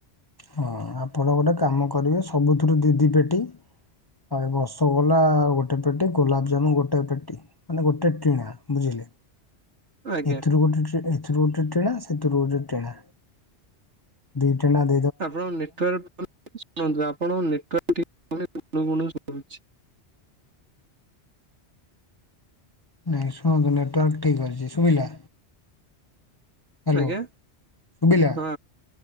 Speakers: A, on the left (about 25°); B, on the right (about 80°).
A: ହଁ, ଆପଣ ଗୋଟେ କାମ କରିବେ, ସବୁଥିରୁ ଦି ଦି ପେଟି ଆଉ ବର୍ଷ କୋଲା ଗୋଟେ ପେଟି, ଗୋଲାପଜାମୁ ଗୋଟେ ପେଟି, ମାନେ ଗୋଟେ ଟିଣା ବୁଝିଲେ।
B: ଆଜ୍ଞା
A: ଏଥୁରୁ ଗୋଟେ ଏଥିରୁ ଗୋଟେ ଟେଣା, ସେଥିରୁ ଗୋଟେ ଟେଣା ।
B: ଆପଣ ନେଟୱର, ଶୁଣନ୍ତୁ ଆପଣଙ୍କ ଗୁଣୁ ଗୁଣୁ ଶୁଭୁଚି ।
A: ନାଇଁ ଶୁଣନ୍ତୁ, ନେଟୱାର୍କ ଠିକ ଅଛି, ଶୁବିିଲା ହାଲୋ
B: ଆଜ୍ଞା
A: ଶୁବିଲା?
B: ହଁ